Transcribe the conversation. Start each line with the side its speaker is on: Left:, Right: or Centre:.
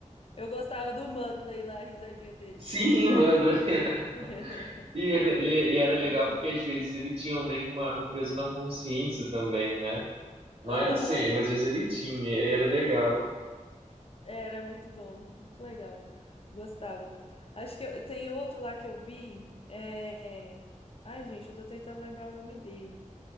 Left: Eu gostava do Muttley lá, a risadinha dele.
Right: Sim, mano, <laughs>
Left: <laughs>
Right: E era, e,
Left: Ele
Right: e era
Left: é
Right: legal
Left: muito
Right: porque
Left: bom.
Right: às vezes ele tinha um, meio que uma, um peso na consciência também, né? Não
Left: Aham.
Right: era sempre, mas às vezes ele tinha, e era legal.
Left: Era muito bom, muito legal. Gostava. Acho que eu- tem outro lá que eu vi. É... Ai, gente, eu tô tentando lembrar o nome dele.